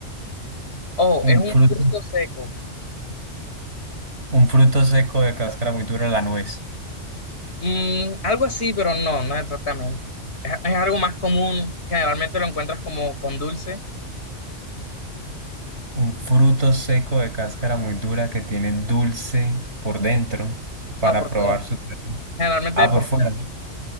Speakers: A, on the left (about 60°); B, on the right (about 65°).
A: Ojo,
B: un
A: es un
B: fruto,
A: fruto seco.
B: un fruto seco de cáscara muy dura, la nuez.
A: Mm, algo así, pero no, no exactamente. Es, es algo más común, generalmente lo encuentras como con dulce.
B: Un fruto seco de cáscara muy dura que tiene dulce por dentro para
A: No, por
B: probar
A: fuera.
B: su ternura.
A: Generalmente
B: Ah,
A: por
B: por fuera.
A: fuera.